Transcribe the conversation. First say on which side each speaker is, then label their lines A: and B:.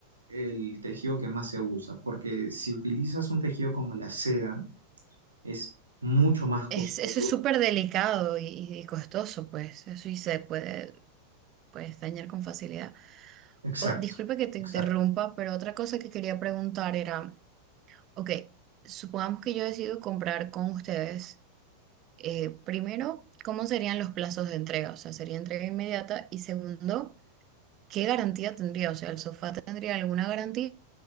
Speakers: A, on the right; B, on the right.
A: el tejido que más se usa, porque si utilizas un tejido como la seda, es mucho más costoso.
B: Es, eso es súper delicado y, y costoso, pues. Eso y se puede, pues, dañar con facilidad.
A: Exacto,
B: O- disculpa que te
A: exacto.
B: interrumpa, pero otra cosa que quería preguntar era, ok, supongamos que yo decido comprar con ustedes. eh, primero, ¿cómo serían los plazos de entrega? O sea, ¿sería entrega inmediata? Y segundo, ¿qué garantía tendría? O sea, ¿el sofá tendría alguna garantía?